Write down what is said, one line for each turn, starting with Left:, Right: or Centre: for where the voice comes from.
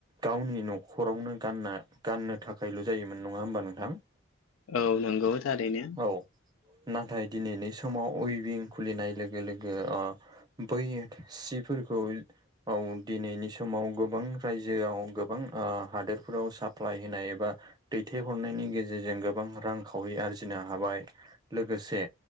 Right: गावनि न'खरावनो गानना गाननो थाखायल' जायोमोन नङा होमबा नोंथां।
Left: औ नंगौ थारैनो।
Right: औ नाथाय दिनैनि समाव उइभिं खुलिनाय लोगो लोगो ओ बै सिफोरखौ औ दिनैनि समाव गोबां रायजोआव गोबां ओ हादोरफोराव साप्लाय होनाय एबा दैथायहरनायनि गेजेरजों गोबां रांखावरि आरजिनो हाबाय। लोगोसे